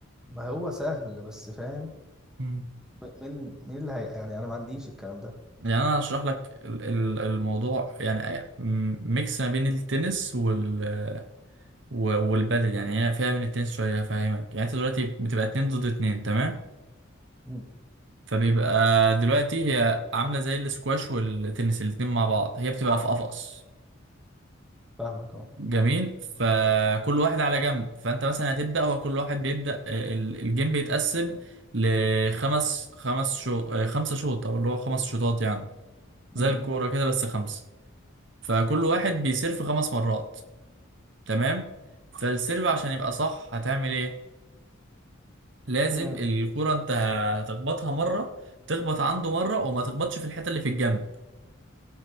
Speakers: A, in the centre; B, on the right.
A: ما هو سهل بس فاهم
B: مم.
A: م- مين مين اللي هي يعني أنا ما عنديش الكلام ده
B: يعني أنا هشرح لك ال- ال- الموضوع يعني م- ميكس ما بين التنس وال و- والبدل يعني هي فيها من التنس شوية هفهمك يعني أنت دلوقتي بتبقى اتنين ضد اتنين تمام
A: مم.
B: فبيبقى دلوقتي هي عاملة زي الاسكواش والتنس الاتنين مع بعض هي بتبقى في قفص
A: فاهمك أهو
B: جميل فكل واحد على جنب فانت مثلا هتبدا هو كل واحد بيبدا آه، ال- الجيم بيتقسم لخمس خمس شو آه، خمسه شوط او اللي هو خمس شوطات يعني
A: مم.
B: زي الكوره كده بس خمسه فكل واحد بيسيرف خمس مرات تمام فالسيرف عشان يبقى صح هتعمل ايه لازم
A: آه،
B: الكوره انت هتخبطها مره تخبط عنده مره وما تخبطش في الحته اللي في الجنب